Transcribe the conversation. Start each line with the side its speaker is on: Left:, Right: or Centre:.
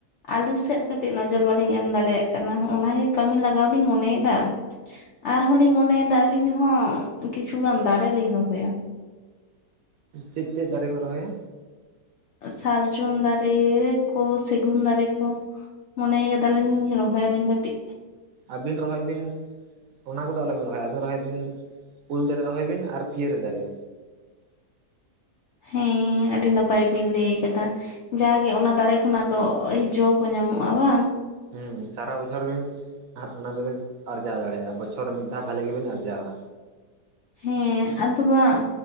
Left: ᱟᱞᱩ ᱥᱮᱫ ᱠᱟᱹᱴᱤᱡ ᱱᱚᱡᱚᱨ ᱵᱟᱞᱤᱧ ᱮᱢ ᱫᱟᱲᱮᱭᱟᱜ ᱠᱟᱱᱟ ᱚᱱᱟᱜ ᱜᱮ ᱠᱟᱹᱢᱤ ᱞᱟᱜᱟᱣ ᱞᱤᱧ ᱢᱚᱱᱮᱭᱮᱫᱟ ᱟᱨᱦᱚᱸ ᱟᱞᱤᱧ ᱞᱤᱧ ᱢᱚᱱᱮᱭᱮᱫᱟ ᱟᱹᱞᱤᱧ ᱦᱚᱸ ᱠᱤᱪᱷᱩᱜᱟᱱ ᱫᱟᱨᱮ ᱞᱤᱧ ᱨᱚᱦᱚᱭᱟ
Right: ᱪᱮᱫ ᱪᱮᱫ ᱫᱟᱨᱮ ᱠᱚ ᱨᱚᱦᱚᱭᱟ
Left: ᱥᱟᱨᱡᱚᱢ ᱫᱟᱨᱮ ᱠᱚ ᱥᱮᱜᱩᱱ ᱫᱟᱨᱮ ᱠᱚ ᱢᱚᱱᱮ ᱠᱟᱫᱟᱞᱤᱧ ᱨᱚᱦᱚᱭᱟᱞᱤᱧ ᱠᱟᱹᱴᱤᱡ
Right: ᱟᱹᱵᱤᱱ ᱨᱚᱦᱚᱭ ᱵᱤᱱ ᱚᱱᱟ ᱠᱚᱫᱚ ᱟᱞᱚᱵᱤᱱ ᱨᱚᱦᱚᱭᱟ ᱟᱹᱵᱤᱱ ᱨᱚᱦᱚᱭ ᱵᱤᱱ ᱩᱞ ᱫᱟᱨᱮ ᱨᱚᱦᱚᱭ ᱵᱤᱱ ᱟᱨ ᱯᱤᱭᱟᱹᱨᱤ ᱫᱟᱨᱮ
Left: ᱦᱮᱸ ᱟᱹᱰᱤ ᱱᱟᱯᱟᱭ ᱵᱤᱱ ᱞᱟᱹᱭ ᱟᱠᱟᱫᱟ ᱡᱟᱜᱮ ᱚᱱᱟ ᱫᱟᱨᱮ ᱠᱷᱚᱱᱟᱜ ᱫᱚ ᱡᱚ ᱠᱚ ᱧᱟᱢᱚᱜᱼᱟ ᱵᱟᱝ
Right: ᱦᱸᱩ ᱥᱟᱨᱟ ᱵᱚᱪᱷᱚᱨ ᱵᱤᱱ ᱚᱱᱟ ᱫᱚᱵᱤᱱ ᱟᱨᱡᱟᱣ ᱫᱟᱲᱮᱭᱟᱜᱼᱟ ᱵᱚᱪᱷᱚᱨ ᱢᱤᱫ ᱫᱷᱟᱣ ᱵᱷᱟᱞᱞᱤ ᱜᱮᱵᱤᱱ ᱟᱨᱡᱟᱣᱟ
Left: ᱦᱮᱸ ᱟᱫᱚ ᱱᱟᱜ